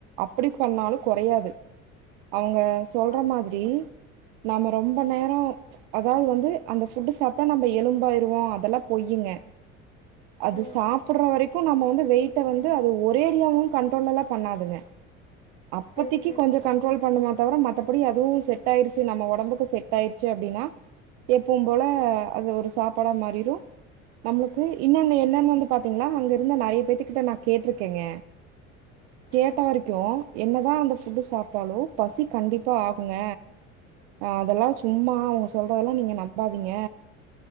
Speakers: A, on the right; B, on the left.
A: அப்படி பண்ணாலு கொறையாது அவங்க சொல்ற
B: ஆ
A: மாதிரி நாம ரொம்ப நேர அதாவது வந்து அந்த ஃபுட்டு் சாப்ட்டா நம்ப எலும்பாயிருவோ அதெல்லா பொய்யிங்க அது
B: ம்
A: சாப்பிட்ற வரைக் கு நம்ம வந்து வெயிட்ட வந்து அது ஒரேடியாவு கண்ட்ரோல்லெல்லா பண்ணாதுங்க அப்பதிக்கி
B: செரி செரி
A: கொஞ்ச கண்ட்ரோல் பண்ணுமா தவர மத் மற்றபடி அதுவும் செட் ஆயிருச்சு நம்ம உடம்புக்கு செட் ஆயிருச்சு அப்படின்னா எப்புவும் போல அது ஒரு சாப் பட மாறிரும் நம்மளுக்கு இன்னொன்னு என்னன்னு வந்து பாத்தீங்களா அங்க இருந்த நிறைய பேத்துக்கிட்ட நான் கேட்டிருக்கேங்க கேட்ட
B: ம்
A: வரைக்கும் என்னதான் அந்த இப்ப சாப் ட்டாலோ பசி கண்டிப்பாக ஆகுங்க ஆன் அதெல்லாம் சும்மா அவுங்க சொல்றதெல்லாம் நீங்க நம்பாதீங்க